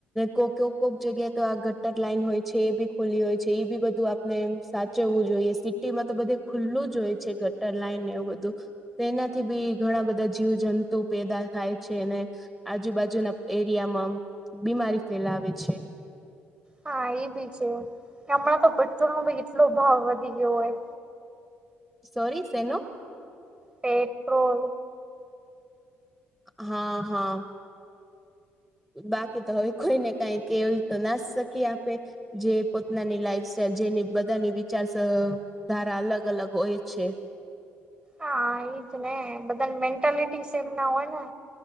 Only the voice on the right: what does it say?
હા એ બી છે કે હમણાં તો પેટ્રોલ નો ભી કેટલો ભાવ વધી ગયો હોય.
પેટ્રો
હા એજ ને બધા મેન્ટાલિટી એમ ના હોય ને.